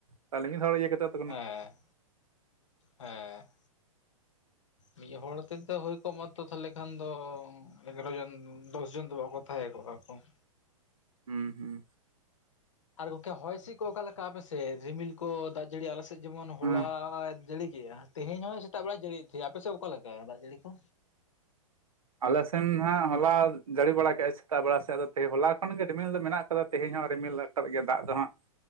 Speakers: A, on the right; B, on the left.
A: ᱛᱟᱦᱚᱞᱮ ᱢᱤᱫ ᱦᱚᱲ ᱤᱭᱟᱹ ᱠᱟᱛᱮ ᱹᱹᱹ
B: ᱦᱮᱸ, ᱦᱮᱸ ᱹᱹᱹ ᱢᱤᱫ ᱦᱚᱲ ᱛᱮᱛᱚ ᱦᱚᱭᱛ ᱠᱚᱜ ᱢᱟ ᱛᱚ ᱛᱟᱦᱚᱞᱮ ᱠᱷᱟᱱ ᱫᱚ ᱮᱜᱟᱨᱚ ᱡᱚᱱ ᱫᱚᱥ ᱡᱚᱱ ᱫᱚ ᱵᱟᱠᱚ ᱛᱷᱟᱣᱮᱫᱚ ᱟᱠᱚ ᱾
A: ᱩᱸᱜᱽ ᱦᱩᱸ ᱦᱩᱸ ᱾
B: ᱟᱫᱚ ᱜᱚᱝᱠᱮ ᱦᱚᱭ ᱦᱤᱥᱤᱫ ᱠᱚ ᱚᱠᱟᱞᱮᱠᱟ ᱟᱯᱮᱥᱮᱫ ᱨᱤᱢᱤᱞ ᱠᱚ ᱫᱟᱜ ᱡᱟᱹᱲᱤ ᱟᱞᱮᱥᱮᱫ ᱡᱮᱢᱚᱱ ᱦᱚᱞᱟᱭ
A: ᱦᱮᱸ
B: ᱡᱟᱲᱤ ᱠᱮᱜᱼᱟ ᱛᱮᱦᱮᱧ ᱦᱚᱸᱭᱹᱹᱹ ᱛᱟᱜ ᱵᱮᱲᱟᱭ ᱡᱟᱹᱲᱤᱮᱫ ᱛᱟᱦᱮᱸ ᱟᱯᱮ ᱥᱮᱫ ᱚᱠᱟ ᱞᱮᱠᱟ ᱫᱟᱜ ᱡᱟᱹᱲᱤ ᱠᱚ?
A: ᱟᱞᱮ ᱥᱮᱱ ᱦᱟᱸᱜ ᱦᱚᱞᱟ ᱡᱟᱹᱲᱤ ᱵᱟᱲᱟ ᱠᱮᱜ-ᱟᱭ ᱥᱮᱛᱟᱜ ᱵᱮᱲᱟ ᱥᱮᱫ ᱟᱫᱚ ᱛᱮᱦᱮ ᱦᱚᱞᱟ ᱠᱷᱚᱱ ᱜᱮ ᱨᱤᱢᱤᱞ ᱫᱚ ᱢᱮᱱᱟᱜ ᱠᱟᱫᱟ ᱛᱮᱦᱮᱧ ᱦᱚᱸ ᱨᱤᱢᱤᱞ ᱟᱠᱟᱫ ᱜᱮᱭᱟ ᱫᱟᱜ ᱫᱚ ᱦᱟᱸᱜ